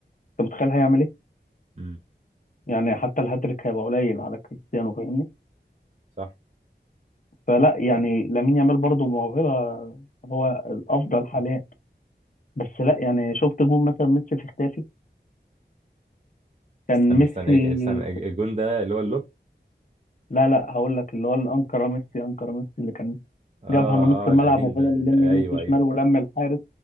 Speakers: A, on the left (about 45°); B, on the right (about 40°).
A: انت متخيل هيعمل ايه؟
B: امم
A: يعني حتى الهاتريك هيبقى قليل على كريستيانو فاهمني؟
B: صح
A: فلا يعني لامين يامال برضه موهبه هو الافضل حاليا بس لا يعني شفت جون مثلا ميسي في اختافي كان
B: استنى
A: ميسي
B: استنى استنى الجون ده اللي هو اللوب
A: لا لا هقول لك اللي هو الانكره ميسي انكره ميسي اللي كان
B: اه
A: جابها من نص الملعب
B: اه القديم
A: وفضل
B: ده
A: يلم
B: ايوه
A: يمين في شمال
B: ايوه
A: ولم الحارس